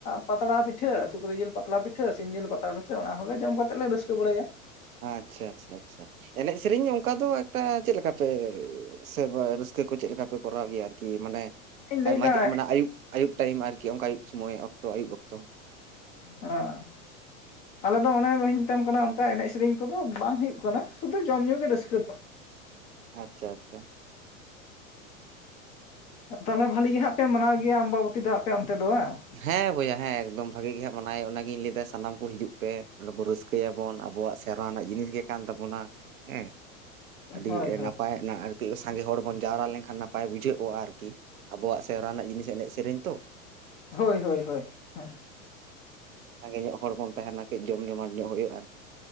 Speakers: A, on the left; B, on the right.
A: ᱯᱟᱛᱲᱟ ᱯᱤᱴᱷᱟᱹ, ᱥᱩᱠᱨᱤ ᱡᱤᱞ ᱯᱟᱛᱲᱟ ᱯᱤᱴᱷᱟᱹ, ᱥᱤᱢ ᱡᱤᱞ ᱯᱟᱛᱲᱟ ᱯᱤᱴᱟᱹ ᱚᱱᱟ ᱦᱚᱸᱜᱮ ᱡᱚᱢ ᱠᱟᱛᱮ ᱞᱮ ᱨᱟᱹᱥᱠᱟ ᱵᱟᱲᱟᱭᱟ ᱾
B: ᱟᱪᱪᱷᱟ, ᱟᱪᱪᱷᱟ, ᱟᱪᱪᱷᱟ ᱾ ᱮᱱᱮᱡ ᱥᱮᱨᱮᱧ ᱚᱱᱠᱟ ᱫᱚ ᱮᱠᱞᱟ ᱪᱮᱫ ᱞᱮᱠᱟ ᱯᱮ ᱥᱮ ᱨᱟᱹᱥᱠᱟᱹ ᱠᱚ ᱪᱮᱫ ᱞᱮᱠᱟ ᱯᱮ ᱠᱚᱨᱟᱣ ᱜᱮᱭᱟ ᱟᱨᱠᱤ ᱢᱟᱱᱮ
A: ᱤᱧ ᱞᱟᱹᱭᱫᱟ
B: ᱟᱭᱢᱟ
A: ᱦᱮᱸ
B: ᱢᱟᱱᱮ ᱟᱹᱭᱩᱵ ᱟᱹᱭᱩᱵ ᱴᱟᱭᱤᱢ ᱟᱨᱠᱤ ᱠᱟ ᱟᱹᱭᱩᱵ ᱥᱚᱢᱚᱭ ᱚᱠᱛᱚ ᱟᱹᱭᱩᱵ ᱚᱠᱛᱚ
A: ᱦᱮᱸ ᱟᱞᱮ ᱫᱚ ᱚᱱᱮ ᱵᱟᱹᱧ ᱢᱮᱛᱟᱢ ᱠᱟᱱᱟ, ᱚᱱᱠᱟ ᱮᱱᱮᱡ ᱥᱮᱨᱮᱧ ᱠᱚᱫᱚ ᱵᱟᱝ ᱦᱩᱭᱩᱜ ᱠᱟᱱᱟ ᱾ ᱥᱩᱫᱷᱩ ᱡᱚᱢ ᱧᱩ ᱜᱮ ᱨᱟᱹᱥᱠᱟᱹ ᱫᱚ ᱾
B: ᱟᱪᱪᱷᱟ, ᱟᱪᱪᱷᱟ ᱾
A: ᱛᱟᱦᱚᱞᱮ ᱵᱷᱟᱞᱤ ᱜᱮ ᱦᱟᱸᱜ ᱯᱮ ᱢᱟᱱᱟᱣ ᱜᱮᱭᱟ ᱟᱢᱵᱟᱵᱚᱛᱤ ᱫᱚ, ᱟᱯᱮ ᱚᱱᱛᱮ ᱫᱚ ᱵᱟᱝ ᱾
B: ᱦᱮᱸ ᱵᱚᱭᱦᱟ ᱦᱮᱸ ᱮᱠᱫᱚᱢ ᱵᱷᱟᱜᱤ ᱜᱮ ᱦᱟᱸᱜ ᱢᱟᱱᱟᱣ ᱚᱱᱟᱜᱤᱧ ᱞᱟᱹᱭᱮᱫᱟ ᱥᱟᱱᱟᱢ ᱠᱚ ᱦᱤᱡᱩᱜ ᱯᱮ ᱱᱚᱸᱰᱮ ᱵᱚᱱ ᱨᱟᱹᱥᱠᱟᱹᱭᱟᱵᱚᱱ ᱟᱵᱚᱣᱟᱜ ᱥᱮᱨᱣᱟ ᱨᱮᱱᱟᱜ ᱡᱤᱱᱤᱥ ᱜᱮ ᱠᱟᱱ ᱛᱟᱵᱚᱱᱟ ᱦᱮᱸ ᱾ ᱟᱹᱰᱤ
A: ᱦᱳᱭ ᱦᱳᱭ
B: ᱱᱟᱯᱟᱭ ᱟᱨᱠᱤ ᱥᱟᱸᱜᱮ ᱦᱚᱲ ᱵᱚᱱ ᱡᱟᱣᱨᱟ ᱞᱮᱱᱠᱷᱟᱱ ᱱᱟᱯᱟᱭ ᱵᱩᱡᱷᱟᱹᱜᱼᱟ ᱟᱨᱠᱤ ᱾ ᱟᱵᱚᱣᱟᱜ ᱥᱮᱨᱣᱟ ᱨᱮᱱᱟᱜ ᱡᱤᱱᱤᱥ ᱮᱱᱮᱡ ᱥᱮᱨᱮᱧ ᱛᱚ ᱾
A: ᱦᱳᱭ, ᱦᱳᱭ, ᱦᱳᱭ ᱦᱮᱸ ᱾
B: ᱥᱟᱸᱜᱮ ᱧᱚᱜ ᱦᱚᱲ ᱵᱚᱱ ᱛᱟᱦᱮᱱᱟ ᱠᱟᱹᱡᱽ ᱡᱚᱢ ᱡᱚᱢᱟᱴ ᱧᱚᱜ ᱦᱩᱭᱩᱜᱼᱟ ᱾